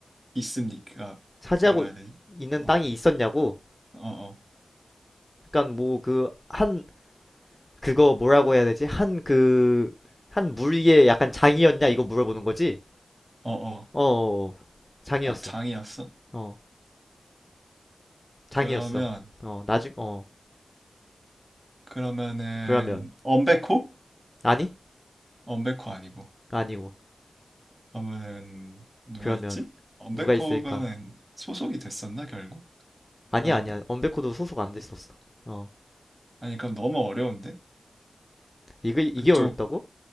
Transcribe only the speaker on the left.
차지하고
있는
땅이 있었냐고?
약간 뭐, 그, 한, 그거 뭐라고 해야 되지? 한 그, 한 물 위에 약간 장이었냐? 이거 물어보는 거지?
어, 어, 어. 장이었어.
어, 장이었어.
어, 나중, 어,
그러면,
아니?
아니고.
그러면,
누가 있을까?
아니야,
아니야. 언베코도 소속
안 됐었어. 어,
이거, 이게
어렵다고?